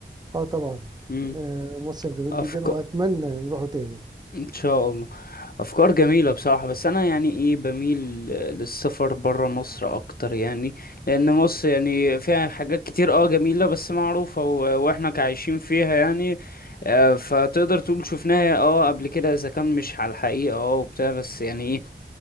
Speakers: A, on the right; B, on the left.
A: اه طبعا
B: امم
A: آه، مصيف جميل
B: افكار
A: جدا واتمنى نروحه تاني
B: ان شاء الله افكار جميله بصراحه بس انا يعني ايه بميل للسفر برا مصر اكتر يعني لان مصر يعني فيها حاجات كتير اه جميله بس معروفه و- واحنا كعايشين فيها يعني آه، فتقدر تقول شفناها اه قبل كده اذا كان مش على الحقيقه اه وبتاع بس يعني ايه